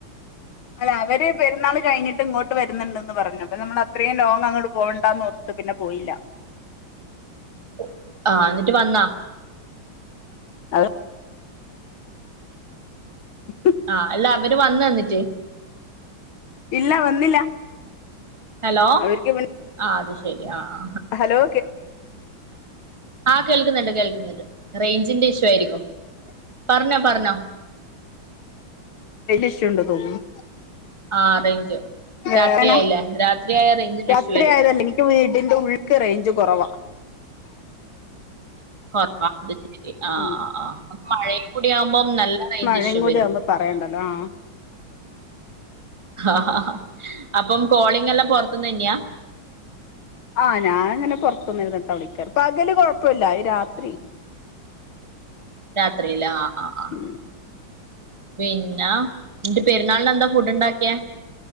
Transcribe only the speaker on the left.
അല്ല അവര് പെരുന്നാൾ കഴിഞ്ഞിട്ട് ഇങ്ങോട്ട് വരുന്നുണ്ട്ന്ന് പറഞ്ഞു അപ്പ നമ്മൾ അത്രയും ലോങ്ങ് അങ്ങോട്ട പോേണ്ടന്ന് റത്ത് പിന്നെ പോയില്ല
അ <unintelligible>
ഇല്ല വന്നില്ല
അവർക്ക് പിന്നെ
ഹലോ
ഇഷുണ്ടോ തോന്നുന്നു
വേദന
രാത്രി
ആയതല്ല എനിക്ക് വീടിന്റെ ഉള്ളിക്ക് റേഞ്ച് കുറവാ
ഉം.
മഴയും
കൂടി
ആവുമ്പോ പറയണ്ടല്ലോ ആ
ആഹ് ഞാനങ്ങനെ പുറത്തനിന്നരുന്നിട്ട് വിളിക്കാറ് ഇപ്പ പകല് കൊഴപ്പില്ല ഈ രാത്രി
ഉം